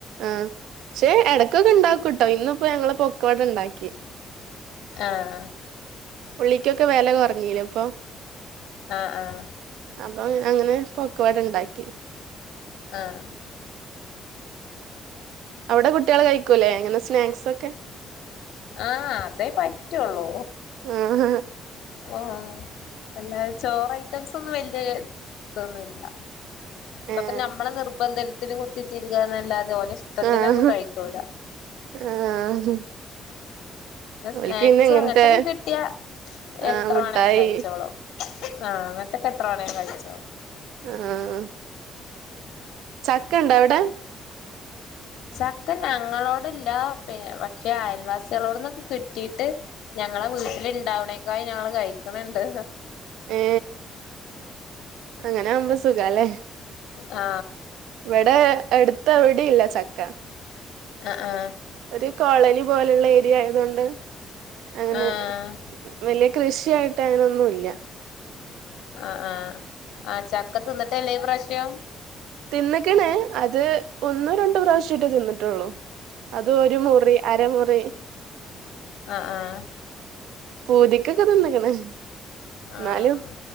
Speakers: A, on the right; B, on the left.
A: ആഹ് പക്ഷെ ഇടയ്ക്കൊക്കെ ഉണ്ടാക്കും കേട്ടോ ഇന്നിപ്പോ ഞങ്ങള് <inaudible> കൊട ഉണ്ടാക്കി
B: ആഹ്
A: ഉള്ളിക്കൊക്കെ വില കുറഞ്ഞീലെ ഇപ്പൊ
B: ആഹ് ആഹ്
A: അപ്പൊ അങ്ങനെ പൊക്കോട ഉണ്ടാക്കി
B: ആഹ്
A: അവിടെ കുട്ടികൾ കഴിക്കൂല്ലേ അങ്ങനെ സ്നാക്സ് ഒക്കെ
B: ആഹ് അതേ പറ്റുള്ളൂ
A: ആഹ്
B: ആഹ് അല്ല ചോറഐറ്റംസ് ഒന്നും വല്യ ഇതൊന്നുല്ലാ അതൊക്കെ
A: ഏഹ്
B: നമ്മള നിർബന്ധ ത്തിന് കുത്തിതിരുകാന്നല്ലാതെ അതുപോലെ ഇഷ്ടത്തിനൊന്നും
A: ആഹ്
B: കഴിക്കൂല
A: ആഹ്
B: സ്നാക്സും
A: ഓൽക്ക് പിന്നെ ഇങ്ങനത്തെ
B: അങ്ങനത്തക്കെ കിട്ടിയ എത്ര
A: ആഹ് മുട്ടായി
B: വേണേലും കഴിച്ചോളും ആഹ് <unintelligible> എത്ര വേണേലും കഴിച്ചോളും
A: ആ ചക്ക ഇണ്ടാ അവിടെ
B: ചക്ക ഞങ്ങളോടില്ല പിന്ന പക്ഷെ അയൽവാസികളോടൊന്നും കിട്ടീയിട്ട് ഞങ്ങളെ വീട്ടില് ഇണ്ടാവണേക്കാല് ഞങ്ങള് കഴിക്കണുണ്ട്
A: ഏ അങ്ങനെ ആവു <unintelligible> സുഖല്ലേ
B: ആ
A: ഇവിടെ എടുത്ത എവിടെയില്ല ചക്ക
B: ആ ആഹ്
A: ഒരു കോളനി പോലെയുള്ള ഏരിയ ആയതുകൊണ്ട് അങ്ങനെ
B: ആഹ്
A: വലിയ കൃഷി <unintelligible> യായിട്ട് അങ്ങനൊന്നുമില്ല
B: ആ ആ ആഹ് ചക്കത്തിന്നിട്ടെല്ലേ ഈ പ്രശ്യം
A: തിന്നക്കണ് അത് ഒന്നോ രണ്ടോ പ്രാവശ്യായിട്ട് തിന്നി <unintelligible> അത് ഒരു മുറി അരമുറി
B: ആ ആ
A: പൂതിക്കക്കെ തിന്നക്കണ് എന്നാലും
B: ആഹ്